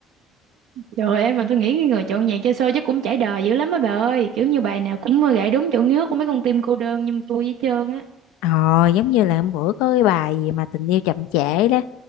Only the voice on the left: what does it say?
Ờ, giống như là hôm bữa có cái bài gì mà tình yêu chậm trễ đó.